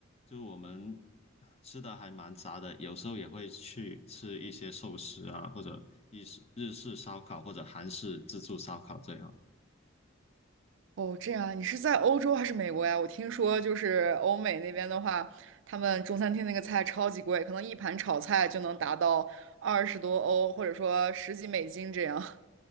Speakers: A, on the left; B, on the right.
A: 就是我们吃的还蛮杂的，有时候也会去吃一些寿司啊，或者日式日式烧烤，或者韩式自助烧烤这样。
B: 哦，这样，啊，你是在欧洲还是美国呀？我听说就是欧美那边的话，他们中餐厅那个菜超级贵，可能一盘炒菜就能达到二十多欧，或者说十几美金这样。